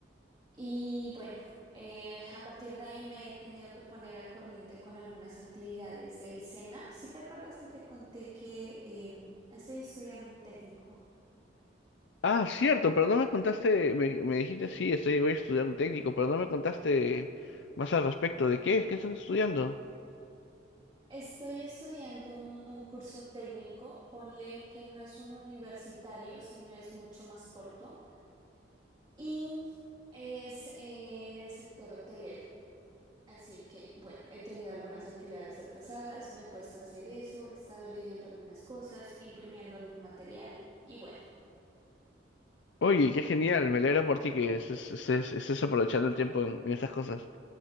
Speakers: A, on the right; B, on the left.
A: Y bueno, eh, a partir de ahí me he tenido que poner al corriente con algunas actividades del SENA. Si te acuerdas que te conté que eh, estoy estudiando un técnico
B: Ah, cierto, pero no me contaste, me, me dijiste, sí, estoy, voy a estudiar un técnico, pero no me contaste más al respecto. ¿De qué es? ¿Qué estás estudiando?
A: Estoy estudiando un, un curso técnico, ponle que no es un universitario, sino es mucho más corto, y es eh, en el sector hotelero. Así que, bueno, he tenido algunas actividades atrasadas, me he puesto a hacer eso, he estado leyendo algunas cosas, imprimiendo algún material, y bueno,
B: Oye, qué genial, me alegra por ti que estés, estés- estés aprovechando el tiempo en, en estas cosas.